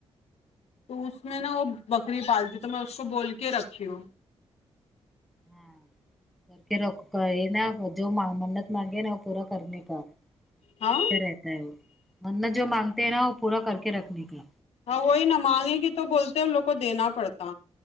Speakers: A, on the left; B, in the centre.
A: تو اس میں نہ وہ بکری پالتی تو میں اس کو بول کے رکھتی ہوں
B: ہاں کر کے ر ک یہ نا جو منت مانگے نا <unintelligible> پورا کرنے کا
A: ہاں
B: اچھا رہتا ہے وہ منت جو مانگتے ہیں نا وہ پورا کر کے رکھنے کا
A: ہاں وہی نہ مانگے گے تو بولتے ان لوگ کو دینا پڑتا